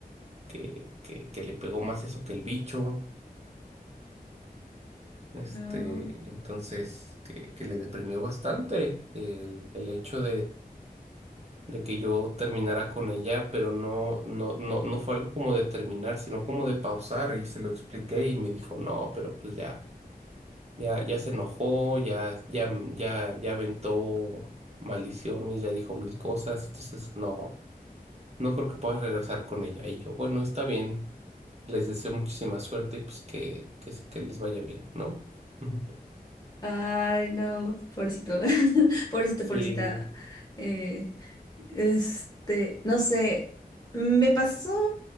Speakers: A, on the right; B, on the left.
A: que, que, que le pegó más eso que el bicho. Este,
B: No.
A: entonces, que, que le deprimió bastante el, el hecho de que yo terminara con ella, pero no, no, no, no fue algo como de terminar, sino como de pausar y se lo expliqué y me dijo, no, pero pues ya, ya, ya se enojó, ya, ya, ya, ya aventó maldiciones, ya dijo mil cosas, entonces no, no creo que puedas regresar con ella. Y yo, bueno, está bien, les deseo muchísima suerte y pues que, que, que les vaya bien, ¿no? <laughs>
B: Ay, no, pobrecito. <laughs> Pobrecito,
A: Sí.
B: pobrecita. Eh, Este, no sé, me pasó,